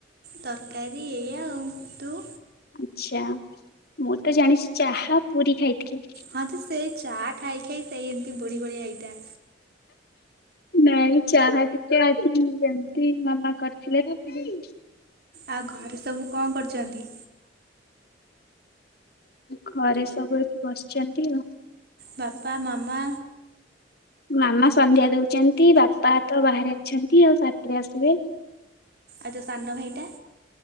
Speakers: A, on the right; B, on the left.
A: ତରକାରୀ ଏଇଆା ଆଉ ତୁ।
B: ଆଛା ମୁଁ ତ ଜାଣିଛି ଚାହା ପୁରୀ ଖାଇଥିଲି।
A: ହଁ ତୁ ସେଇ ଚା ଖାଇ ଖାଇ ସେଇ ଏମିତି ବୁଢି ଭଳିଆ ହେଇଥା।
B: ନାଇଁ ଚାହା ଟିକେ ଆଜି ଏମିତି ମାମା କରିଥିଲେ ପି <inaudible>
A: ଆଉ ଘରେ ସବୁ କଣ କରୁଛନ୍ତି।
B: ଘରେ ସବୁ ଏଇଠି ବସିଛନ୍ତି ଆଉ।
A: ବାପା ମାମା
B: ମାମା ସନ୍ଧ୍ୟା ଦଉଛନ୍ତି ବାପା ତ ବାହାରେ ଅଛନ୍ତି ଆଉ ସାତିରେ ଆସିବେ।
A: ଆଉ ତୋ ସାନ ଭାଇଟା।